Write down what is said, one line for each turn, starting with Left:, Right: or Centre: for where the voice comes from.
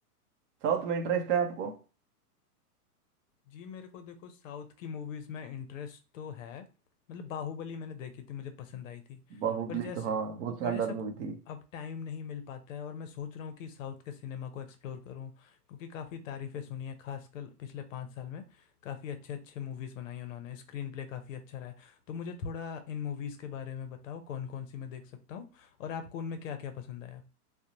Right: साउथ में इंटरेस्ट है आपको
Left: जी, मेरे को देखो साउथ की मूवीज़ में इंटरेस्ट तो है, मतलब बाहुबली मैंने देखी थी, मुझे पसंद आई थी।
Right: बाहुबली
Left: पर जैसे
Right: तो हाँ बहुत शानदार
Left: पर जैसे अब
Right: मूवी थी
Left: अब टाइम नहीं मिल पाता है और मैं सोच रहा हूँ कि साउथ के सिनेमा को एक्सप्लोर करूँ क्योंकि काफ़ी तारीफ़ें सुनी हैं, खासकर पिछले 5 साल में काफ़ी अच्छे-अच्छे मूवीज़ बनाई हैं उन्होंने, स्क्रीन प्ले काफ़ी अच्छा रहा है। तो मुझे थोड़ा इन मूवीज़ के बारे में बताओ कौन-कौन सी मैं देख सकता हूँ और आपको उनमें क्या-क्या पसंद आया?